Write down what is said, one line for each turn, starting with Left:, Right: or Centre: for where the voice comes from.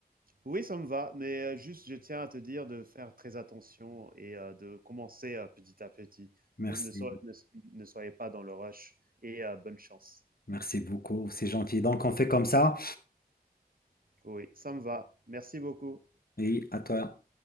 Right: Oui, ça me va, mais euh, juste, je tiens à te dire de faire très attention et heu, de commencer, heu, petit à petit.
Left: Merci,
Right: Ne ne soy ne ne soyez pas dans le rush et heu, bonne chance.
Left: merci beaucoup, c'est gentil. Donc, on fait comme ça
Right: Oui, ça me va. Merci beaucoup.
Left: et à toi.